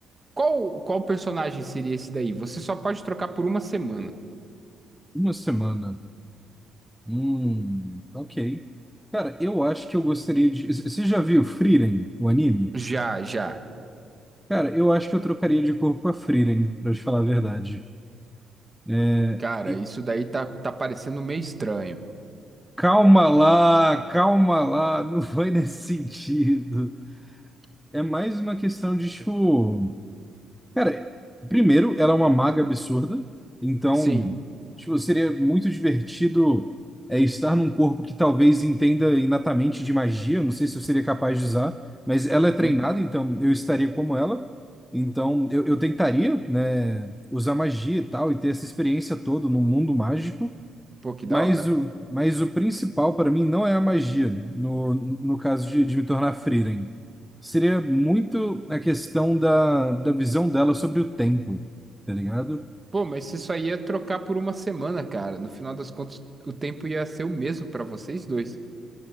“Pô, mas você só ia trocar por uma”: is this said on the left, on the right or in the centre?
Right